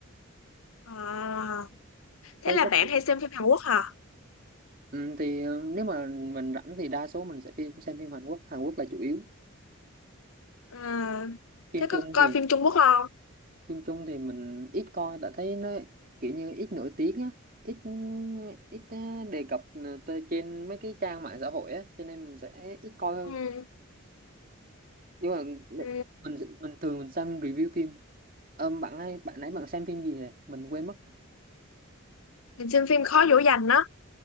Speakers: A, on the left; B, on the right.
A: à Thế
B: Thế
A: là
B: có
A: bạn hay xem phim Hàn Quốc hả?
B: ừ, thì ờ, nếu mà mình rảnh thì đa số mình sẽ phim, xem phim Hàn Quốc Hàn Quốc là chủ yếu
A: À,
B: phim
A: thế
B: Trung
A: có coi
B: thì
A: phim Trung Quốc không?
B: phim Trung thì mình ít coi tại thấy nó kiểu như ít nổi tiếng á ít ít ờ, đề cập ờ, tới trên mấy cái trang mạng xã hội á cho nên mình sẽ ít coi
A: Ừ.
B: nhưng mà
A: Ừ.
B: mình mình thường mình xem review phim Ờ, bạn hay bạn nãy bạn xem phim gì vậy mình quên mất
A: Mình xem phim khó dỗ dành á